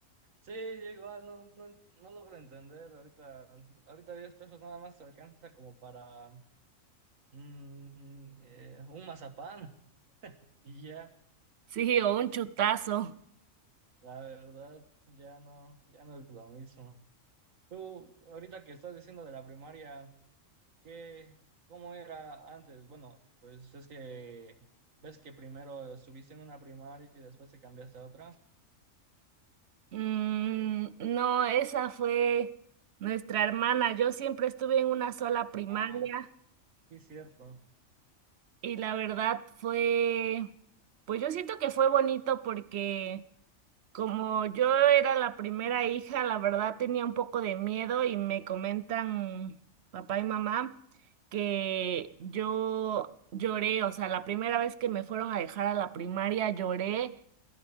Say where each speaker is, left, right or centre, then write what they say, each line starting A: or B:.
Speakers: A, on the right; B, on the right.
A: Sí, yo igual no, no, no logro entender. Ahorita, ahorita 10 pesos nada más te alcanza como para mm, eh, un mazapán, <laughs> y ya,
B: Sí, o un chutazo.
A: la verdad, ya no, ya no es lo mismo. Tú, ahorita que estás diciendo de la primaria, ¿Qué, cómo era antes? Bueno, pues es que ves que primero estuviste en una primaria y después te cambiaste a otra.
B: Mm, no, esa fue nuestra hermana. Yo siempre estuve en una sola primaria
A: Ah, sí, cierto.
B: Y la verdad fue, pues yo siento que fue bonito porque como yo era la primera hija, la verdad tenía un poco de miedo y me comentan papá y mamá que yo lloré, o sea, la primera vez que me fueron a dejar a la primaria lloré